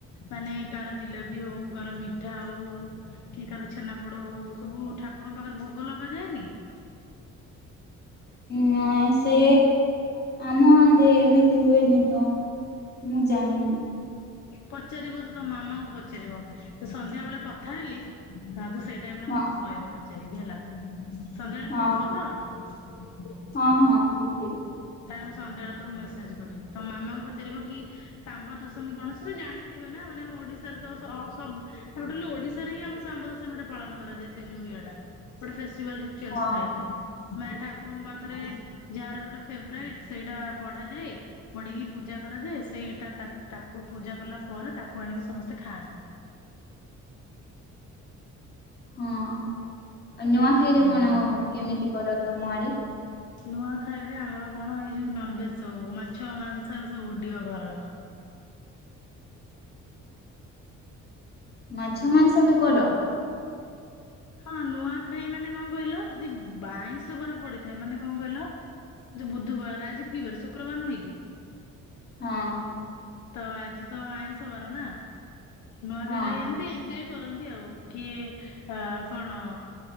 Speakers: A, on the left; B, on the left.
A: ମାନେ କାହାର ଜିଲାପି ହଉ କାହାର ମିଠା ହଉ କି କାହାର ଛେନାପୋଡ ହଉ ସବୁ ଠାକ କୁରଙ୍କ ପାଖରେ ଭୋଗ ଲଗାଯାଏନି?
B: ନାଇଁ ସେ ଆମ ଆଡେ ଏମିତି ହୁଏନି ତ। ମୁଁ ଜାଣିନି।
A: ପଚାରିବ ତ ତମ ମାମାଙ୍କୁ ପଚାରିବ ସନ୍ଧ୍ୟା ବେଳେ କଥା ହେଲି ଆଉ ତ ସେ ଟାଇମରେ
B: ହଁ
A: ମତେ କହିବ ପଚାରିକି ହେଲା। ସନ୍ଧ୍ୟାବେଳେ
B: ହଁ
A: ଫ୍ରି ଥିବ
B: ହଁ
A: ତ?
B: ହଁ ହଁ ପୃଥିବୀ।
A: ମୁଁ ସନ୍ଧ୍ୟା ବେଳେ ତମକୁ ମେସେଜ କରିବି ତମ ମାମାଙ୍କୁ ପଚାରିବ କି ଶାମ୍ବଦଶମୀ କଣ ସେ ତ ଜାଣିଥିବେ ନା। ମାନେ ଆମ ଓଡିଶାରେ ତ ସବ ଟୋଟାଲି ଓଡିଶାରେ ହିଁ ଆମ ଶାମ୍ବ ଦଶମୀ ଟା ପାଳନ କରାଯାଏ ସେ ଯୋଉ ଇଏଟା। ଗୋଟେ ଫେଷ୍ଟିଭାଲ ରିତୁଲ
B: ହଁ।
A: ଥାଏ ମାନେ ଠାକୁରଙ୍କ ପାଖରେ
B: ହଁ
A: ଯାହାର ଯୋଉଟ ଫେବରାଇଟ ସେଇଟା ବଢାଯାଏ ବଢିକି ପୂଜା କରାଯାଏ ସେଇଟା ତାକୁ ପୂଜା କଲା ପରେ ତାକୁ ଆଣିକି ସମସ୍ତେ ଖାଆନ୍ତି।
B: ହଁ ନୂଆଖାଇ
A: ହୁଁ।
B: ରେ କଣ କେମିତି କର ତୁମ ଆଡେ?
A: ନୂଆଖାଇରେ ଆମର କଣ ଏଇ ଯୋଉ ନନଭେଜ ସବୁ ମାଛ ମାଂସରେ ସବୁ ଉଡିବ ଘର।
B: ମାଛ ମାଂସ ବି କର?
A: ହଁ ନୂଆଖାଇ ମାନେ କଣ କଇଲ ଯଦି ବାଇଁଷ ବାର ପଡିଥାଏ ମାନେ କଣ କଇଲ ଯୋଉ ବୁଧବାର ଆଜି କି ବାର ଶୁକ୍ରବାର ନୁହେଁ କି?
B: ହଁ।
A: ତ ଆଜି ତ ଆଇଁଷ ବାର ନା ନୂଆଖାଇ
B: ହଁ
A: ରେ ଏମତି ଏନଜୟ କରନ୍ତି ଆଉ କିଏ ଅ କଣ?